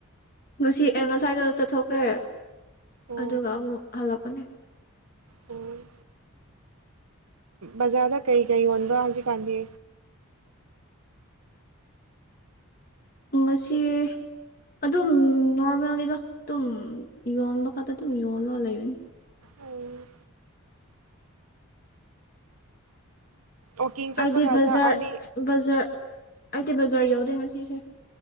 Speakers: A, on the left; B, on the right.
A: ꯉꯁꯤ ꯑꯦ ꯉꯁꯥꯏꯗꯣ ꯆꯠꯊꯣꯛꯈ꯭ꯔꯦ
B: ꯑꯣ
A: ꯑꯗꯨꯒ ꯑꯃꯨꯛ ꯍꯜꯂꯛꯄꯅꯦ
B: ꯑꯣ ꯕꯖꯥꯔꯗ ꯀꯩꯀꯩ ꯌꯣꯟꯕ꯭ꯔꯥ ꯍꯧꯖꯤꯛꯀꯥꯟꯗꯤ
A: ꯉꯁꯤ ꯑꯗꯨꯝ ꯅꯣꯔꯃꯦꯜꯅꯤꯗ ꯇꯨꯝ ꯌꯣꯟꯕ ꯈꯇ ꯗꯨꯝ ꯌꯣꯜꯂꯒ ꯂꯩꯕꯅꯤ
B: ꯑꯣ ꯋꯥꯛꯀꯤꯡ ꯆꯠꯄ
A: ꯑꯩꯗꯤ
B: ꯀꯥꯟꯗ
A: ꯕꯖꯥꯔ
B: ꯑꯥꯔꯗꯤ
A: ꯕꯖꯥꯔ ꯑꯩꯗꯤ ꯕꯖꯥꯔ ꯌꯧꯗꯦ ꯉꯁꯤꯁꯦ